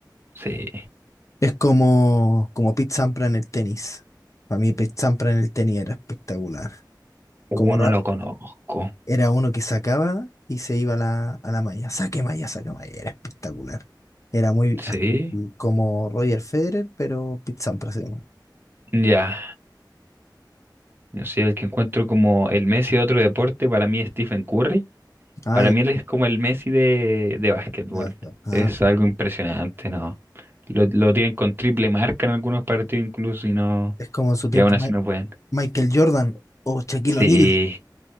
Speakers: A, on the right; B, on the left.
A: Sí,
B: Es como, como Pete Sampras en el tenis. Para mí Pete Sampras en el tenis era espectacular. Como
A: uno
B: Ra-
A: lo conozco.
B: era uno que sacaba y se iba a la, a la malla. Saque malla, saque malla. Era espectacular. Era muy así
A: Sí,
B: como Roger Federer, pero Pete Sampras se llama.
A: ya. Yo soy el que encuentro como el Messi de otro deporte, para mí es Stephen Curry.
B: Ah,
A: Para
B: ya.
A: mí él es como el Messi de, de básquetbol.
B: ya está. Ah,
A: Es algo impresionante, ¿no? Lo, lo tienen con triple marca en algunos partidos incluso y no,
B: es como en su tiempo
A: y aún así
B: Ma-
A: no pueden.
B: Michael Jordan o Shaquille
A: Sí,
B: O'Neal.